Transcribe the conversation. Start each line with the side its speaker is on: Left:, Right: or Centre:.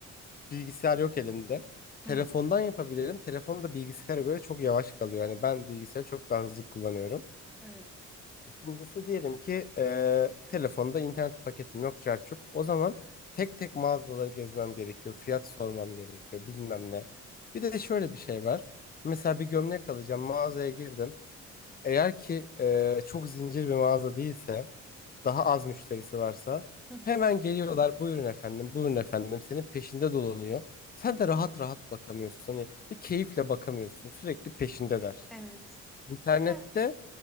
Left: bilgisayar yok elimde.
Centre: hı.
Left: Telefondan yapabilirim. Telefon da bilgisayara göre çok yavaş kalıyor. Yani ben bilgisayarı çok daha hızlı kullanıyorum.
Centre: Evet.
Left: İkincisi diyelim ki eee, telefonda internet paketim yok çarçurt. O zaman tek tek mağazaları gezmem gerekiyor. Fiyat sormam gerekiyor bilmem ne. Bir de şöyle bir şey var. Mesela bir gömlek alacağım mağazaya girdim. Eğer ki eee, çok zincir bir mağaza değilse daha az müşterisi varsa
Centre: Hı hı.
Left: hemen geliyorlar buyurun efendim buyurun efendim senin peşinde dolanıyor. Sen de rahat rahat bakamıyorsun. Hani bir keyifle bakamıyorsun sürekli peşindeler.
Centre: Evet.
Left: İnternette
Centre: Ya